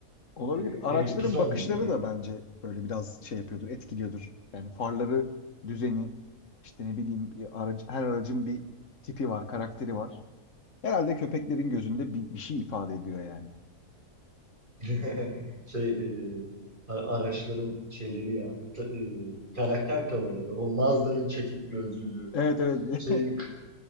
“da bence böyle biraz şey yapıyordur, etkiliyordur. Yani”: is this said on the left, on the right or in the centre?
Left